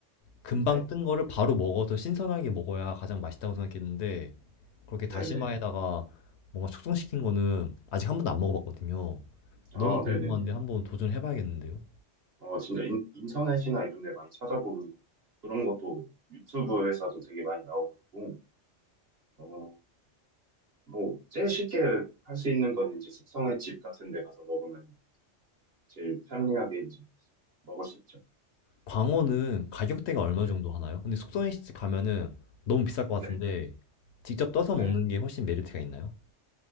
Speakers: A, on the left; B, on the right.
A: 금방
B: 네,
A: 뜬 거를 바로 먹어서 신선하게 먹어야 가장 맛있다고 생각했는데 그렇게 다시마에다가
B: 네네.
A: 뭔가 숙성시킨 거는 아직 한 번도 안 먹어봤거든요. 너무
B: 아,
A: 궁금한데
B: 네네네.
A: 한번 도전해봐야겠는데요?
B: 어, 진짜 인, 인터넷이나 이런 데 많이 찾아보면 그런 것도 유튜브에서도 되게 많이 나오고 있고, 어, 뭐 제일 쉽게 할 수 있는 건 이제 숙성의 집 같은 데 가서 먹으면 제일 편리하게 이제 먹을 수 있죠.
A: 광어는 가격대가 얼마
B: 네,
A: 정도 하나요? 근데 숙성식집 가면은 너무 비쌀 것
B: 네,
A: 같은데 직접 떠서
B: 네.
A: 먹는 게 훨씬 메리트가 있나요?